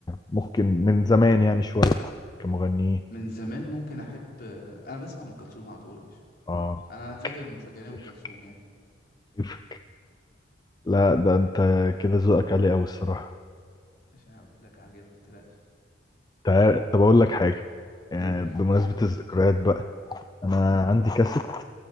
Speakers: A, on the left; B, on the left.
A: ممكن من زمان يعني شويه كمغنيين
B: من زمان ممكن احب انا بسمع ام كلثوم على طول يا باشا
A: اه
B: انا فاكر من مشجعين
A: كيف
B: ام كلثوم يعني
A: كيف لا ده انت كده ذوقك عالي قوي الصراحه
B: عشان قلت لك عاجبك ما تقلقش
A: تعال طب اقول لك حاجه يعني
B: قول
A: بمناسبه الذكريات بقى انا
B: قول
A: عندي كاسيت